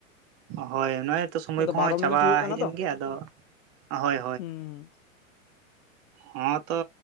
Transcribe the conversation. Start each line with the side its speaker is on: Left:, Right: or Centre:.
Right: ᱦᱚᱭ ᱱᱚᱜᱼᱚᱭ ᱛᱚ ᱥᱚᱢᱚᱭ
Left: ᱫᱚ
Right: ᱠᱚᱦᱚᱸ
Left: ᱵᱟᱨᱚ
Right: ᱪᱟᱵᱟ
Left: ᱢᱤᱱᱤᱴ ᱦᱩᱭᱩᱜ ᱠᱟᱱᱟ
Right: ᱦᱮᱡ ᱮᱱ
Left: ᱛᱚ
Right: ᱜᱮᱭᱟ ᱟᱫᱚ ᱦᱳᱭ
Left: ᱦᱩᱸ
Right: ᱦᱮᱸ ᱛᱚ